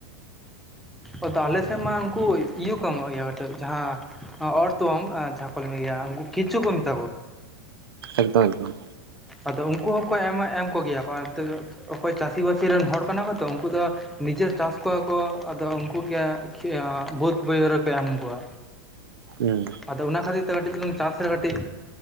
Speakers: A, in the centre; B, on the right.
A: ᱚ ᱛᱟᱦᱞᱮ ᱥᱮᱫ ᱢᱟ ᱩᱱᱠᱩ ᱤᱭᱟᱹ ᱠᱚ ᱮᱢᱚᱜ ᱜᱮᱭᱟ ᱡᱟᱦᱟᱸ ᱚᱨᱛᱚᱢ ᱡᱟᱦᱟᱸ <unintelligible> ᱠᱮᱪᱩᱣᱟᱹ ᱠᱚ ᱢᱮᱛᱟ ᱠᱚᱣᱟ᱾
B: ᱮᱠᱫᱚᱢ ᱮᱠᱫᱚᱢ᱾
A: ᱟᱫᱚ ᱩᱱᱠᱩ ᱦᱚᱸᱠᱚ ᱮᱢ ᱮᱢ ᱠᱚ ᱜᱮᱭᱟ ᱠᱚ <unintelligible> ᱚᱠᱚᱭ ᱪᱟᱹᱥᱤᱵᱟᱹᱥᱤ ᱨᱮᱱ ᱦᱚᱲ ᱠᱟᱱᱟ ᱠᱚ ᱛᱚ ᱩᱱᱠᱩ ᱫᱚ ᱱᱤᱡᱮ ᱪᱟᱥ ᱠᱚᱣᱟ ᱠᱚ ᱟᱫᱚ ᱩᱱᱠᱩᱜᱮ <unintelligible> ᱵᱟᱹᱫᱽ ᱵᱟᱹᱭᱦᱟᱹᱲ ᱨᱮᱠᱚ ᱮᱢ ᱠᱩᱣᱟ᱾
B: ᱦᱩᱸ᱾
A: ᱟᱫᱚ ᱚᱱᱟ ᱠᱷᱟᱛᱤᱨ ᱛᱮ ᱠᱟᱹᱴᱤᱡ ᱪᱩᱞᱩᱝ ᱪᱟᱥ ᱨᱮ ᱠᱟᱹᱴᱤᱡ